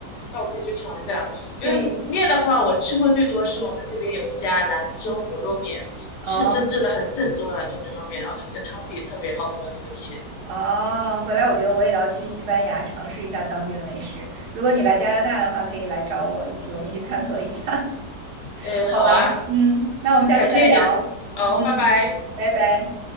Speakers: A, on the left; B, on the right.
A: 那我可以去尝一下，因为面的话，
B: 对。
A: 我吃过最多是我们这边有一家兰州牛肉面，
B: 哦，
A: 是真正的很正宗的兰州牛肉面，然后它那个汤底特别好喝，特别鲜。
B: 哦，回来我觉得我也要去西班牙尝试一下当地的美食。如果你来加拿大的话，可以来找我，一起我们一起探索一下，<laughs>
A: 哎，
B: 好吧？
A: 好啊，
B: 嗯，那我们下次再聊。
A: 感谢你的，哦，
B: 嗯，
A: 拜拜。
B: 拜拜。